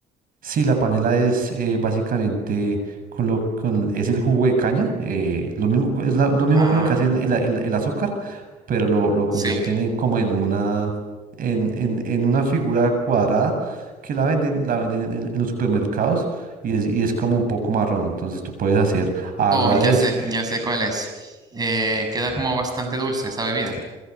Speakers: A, on the right; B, on the right.
A: Sí, la panela es eh, básicamente con lo con, es el jugo de caña, eh, lo mismo co- es la- lo mismo
B: Ah,
A: con lo que hacen el, a- el- el azúcar, pero lo, lo convierten
B: sí.
A: en como en una en, en- en una figura cuadrada que la venden la venden en, en los supermercados y es, y es como un poco marrón, entonces tú puedes hacer agua
B: Oh, ya
A: de eso.
B: sé, ya sé cuál es. Eh, queda como bastante dulce esa bebida.